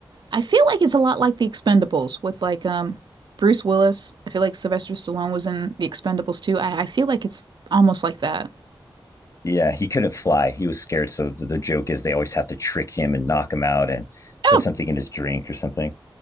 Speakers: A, on the right (about 55°); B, on the left (about 35°).
A: I feel like it's a lot like the Expendables with like um Bruce Willis. I feel like Sylvester Stallone was in the Expendables too. I, I feel like it's almost like that.
B: Yeah, he couldn't fly. He was scared. So the, the joke is they always have to trick him and knock him out and
A: Oh,
B: put something in his drink or something.